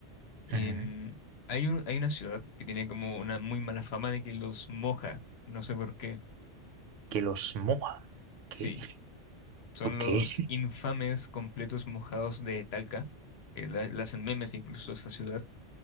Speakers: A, on the left; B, on the right.
A: En-
B: Ujú.
A: hay un- hay una ciudad que tiene como una muy mala fama de que los moja, no sé por qué.
B: Que los moja.
A: Sí,
B: ¿Qué?
A: son
B: ¿Por qué?
A: los infames completos mojados de Talca, que la, la hacen memes incluso a esa ciudad.